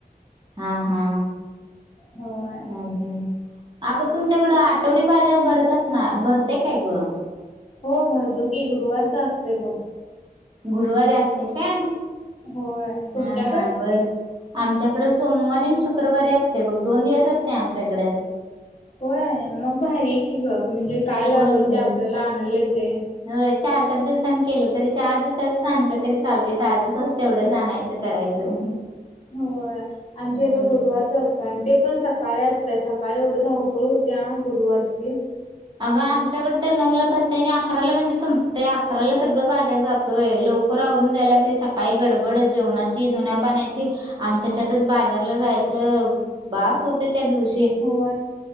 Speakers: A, on the right; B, on the left.
A: हा हा
B: होय
A: चाल चाल अगं तुमच्याकडं आठवडी बाजार भरतस ना भरतय काय ग
B: हो भरतो की गुरुवारचा असतोय भाऊ
A: गुरुवारी असते का
B: होय तुमच्याकड
A: हा हा बरं आमच्याकडें सोमवारी आणि शुक्रवारी असते बघ दोन दिवस असते आमच्याकडे
B: हो आहे मग भारी आहे की ग म्हणजे काय
A: होय
B: लागेल
A: होय
B: ते आपल्याला आणायला येते
A: होय चार चार दिवसांनी केलं तरी चार दिवसाचं स आणलं तरी चालते आजच अस तेवढंच आणायचं करायचं
B: हो आमच्याथ
A: अ
B: गुरुवारच असतं आणि ते पण स सकाळी असतय सकाळी एवढी धावपळ होत्या गुरुवारची
A: अगं आमच्याकडे तर नऊ ला भरताय आणि अकराला म्हणजे संपतय अकराला सगळं बाजार जातोय <inaudible> लवकर आवरून दजायला लागते सकाळी गडबड जेवणाची धन्या पाण्याची आणि त्याच्यातच बाजारला जायचं बास होते त्या दिवशी
B: होय